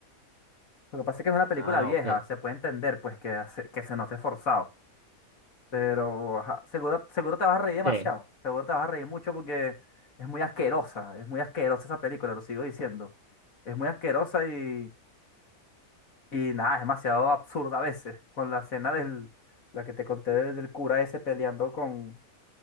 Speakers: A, on the left (about 65°); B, on the right (about 35°).
A: Lo que pasa es que es una película
B: Ah,
A: vieja,
B: ok.
A: se puede entender, pues, que, hace- que se note forzado. Pero, ajá, seguro, seguro te vas a reír demasiado.
B: Sí.
A: Seguro te vas a reír mucho porque es muy asquerosa. Es muy asquerosa esa película, lo sigo diciendo. Es muy asquerosa y, y nada, es demasiado absurda a veces. Con la escena del, la que te conté del, del cura ese peleando con,